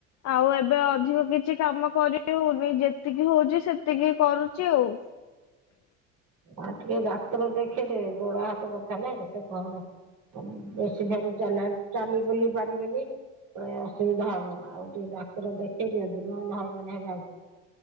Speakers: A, on the left; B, on the right.
A: ଆଉ ଏବେ ଅଧିକ କିଛି କାମ କରିହଉନି, ଯେତିକି ହଉଛି ସେତିକି କରୁଛି ଆଉ।
B: ଆଉ ଟିକେ ଡାକ୍ତର ଦେଖେଇଦେ, ଗୋଡ ହାତ କଥା ନା ସେତେ କହନ। ବେଶୀ ଘରେ ଚାଲା ଚାଲି ବୁଲି ପାରିବେନି। ପ ଅସୁବିଧା ହବ ଆଉ ଟିକେ ଡାକ୍ତର ଦେଖେଇ ଦିଅନ୍ତୁ, ନହେଲେ ହଇରାଣ ହେବେ ଆଗକୁ।